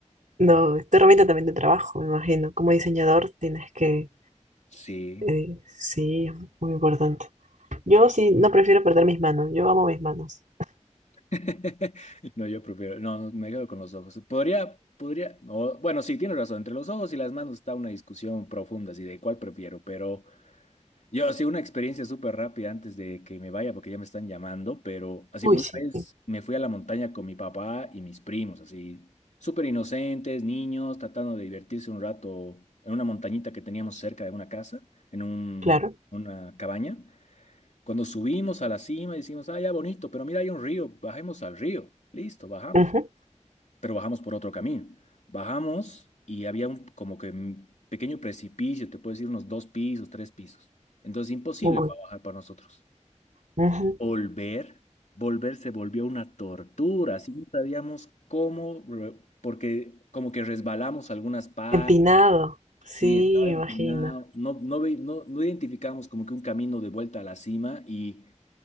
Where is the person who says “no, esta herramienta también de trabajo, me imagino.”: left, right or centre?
Right